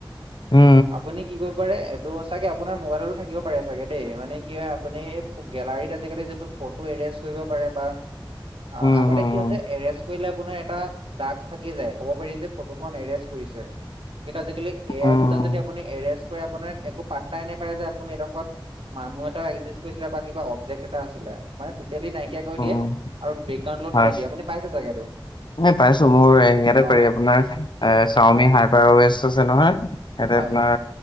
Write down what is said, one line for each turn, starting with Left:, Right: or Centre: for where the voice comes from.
Left: উম,
Right: আপুনি কি কৰিব পাৰে, এইটো চাগে আপোনাৰ মোবাইলতো থাকিব পাৰে চাগে দেই, মানে কি হয় আপুনি গেলাৰীত আজিকালি যোনটো ফ এৰেষ্ট কৰিব পাৰে বা অঁ
Left: উম,
Right: আগতে
Left: উম,
Right: কি হৈছে, এৰেষ্ট কৰিলে আপোনাৰ এটা ডাগছ থাকি যায়। কব পাৰি যে ফটোখন এৰেষ্ট কৰিছে, কিন্তু আজিকালি এ
Left: উম,
Right: আই
Left: উম,
Right: মো তাত যদি আপুনি এৰেষ্ট কৰাই আপোনানি একো পাত্তাই নোপায় যে আপুনি এডখৰত মানুহ এটা একিষ্ট কৰিছিলে বা কিবা অবজেক্ট এটা আছিলে, মানে টোটেলি নাইকিয়া কৰি দিয়ে।
Left: উম।
Right: আৰু বেকগ্ৰাউণ্ড লগত
Left: হয়,
Right: মিলাই দিয়ে আপুনি পাইছে চাগে এইটো
Left: এই পাইছো মোৰ এয়াতে
Right: অ
Left: পাৰি আপোনাৰ এ চাওমি হাইপাৱাৰ ৱেচ আছে নহয়, সেয়াত
Right: হয়
Left: আপোনাৰ